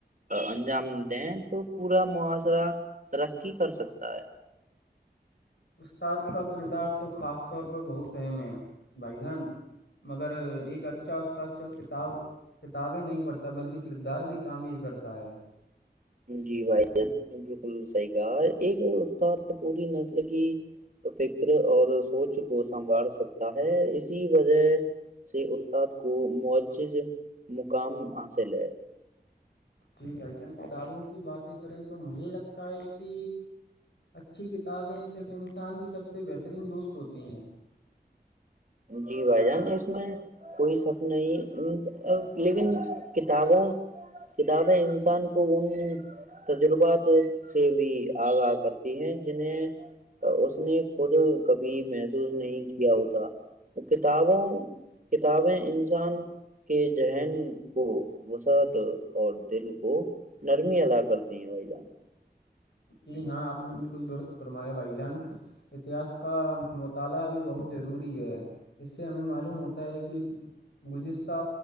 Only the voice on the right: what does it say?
انجام دیں تو پورا معاشرہ ترقی کر سکتا ہے
جی بھائی نے بالکل صحیح کہا ایک استاد پوری نسل کی فکر اور سوچ کو سنوار سکتا ہے اسی وجہ سے استاد کو معجز مقام حاصل ہے
جی بھائی جان اس میں کوئی شک نہیں لیکن کتابوں کتابیں انسان کو ان تجربات سے بھی آگاہ کرتی ہیں جنہیں اس نے خود کبھی محسوس نہیں کیا ہوتا کتابوں کتابیں انسان کے ذہن کو وسعت اور دل کو نرمی ادا کرتی ہیں بھائی جان